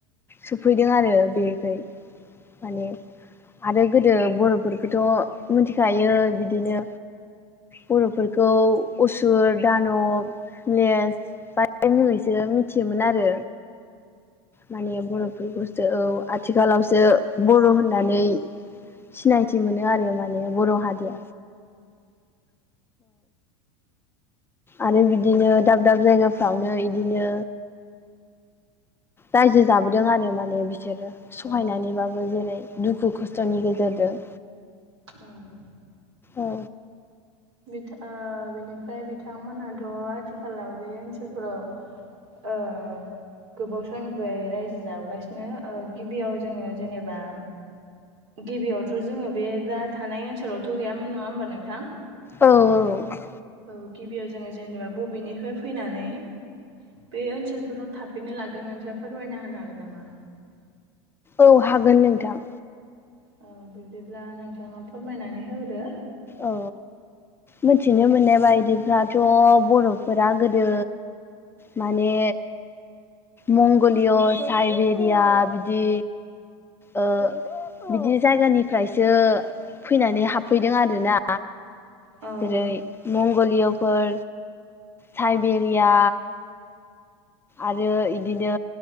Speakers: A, on the left; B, on the right.
A: सफैदों आरो बेखै माने आरो गोदो बर'फोरखोथ मोनथिखायो बिदिनो बर'फोरखौ उसुर दानब नेेस मुङैसो मिनथियोमोन आरो। माने बर'फोरखौसो औ। आथिखालावसो बर' होननानै सिनायथि मोनो आरो माने बर' हा औ। आरो बिदिनो दाब दाब जायगाफ्रावनो इदिनो रायजो जाबोदों आरो माने बि सोरो सहायनानैबाबो
B: औ
A: जेरै दुखु खस्थनि गेजेरजों।
B: उम।
A: औ।
B: बिथा ओ बिनिफ्राय बिथांमोनाथ आथिखालाव बे ओनसोलफोराव ओ गोबाव सयनिफ्राय रायजो जाबोगासिनो ओ गिबियाव जोङो जेनेबा गिबियावथ जोङो बे दा थानाय ओनसोलावथ गैयामोन नङा होमबा नोंथां?
A: औ औ।
B: औ गिबियाव जोङो जेनेबा बबेनिफाय फैनानै बे ओनसोलफोराव थाफैनो लादों नोंथाङा फोरमायना होनो हागोन नामा?
A: औ हागोन नोंथां।
B: औ बिदिब्ला नोंथाङा फोरमायनानै होदो।
A: औ। मिथिनो मोननाय बायदिफ्राथ बर'फोरा गोदो माने मंगलिय साइबेरिया बिदि ओ बिदि जायगानिफ्रायसो फैनानै हाबफैदों आ रो ना।
B: औ
A: जेरै मंगलियफोर साइबेरिया आरो इदिनो